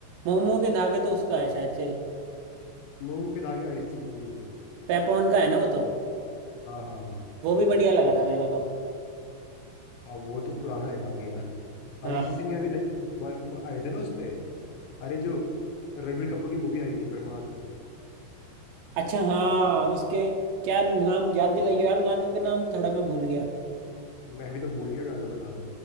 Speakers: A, on the right (about 80°); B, on the left (about 85°).
A: मोह मोह के धागे तो उसका है शायद से
B: मोमो के धागे अरिजीत सिंह का ही है
A: पेपॉन का है ना वो तो
B: हाँ हाँ हाँ
A: वो भी बढ़िया लगा था मेरे को तो
B: हाँ वो तो पुराना है काफी यार अरिजीत
A: हाँ
B: सिंह के अभी नए वो वो आए थे ना उस पे अरे जो रणबीर कपूर की मूवी आई थी ब्रह्मास्त्र
A: अच्छा हाँ उसके क्या नाम याद दिलाइए यार गानों के नाम थोड़ा मैं भूल गया
B: मैं भी तो भूल गया गानों का नाम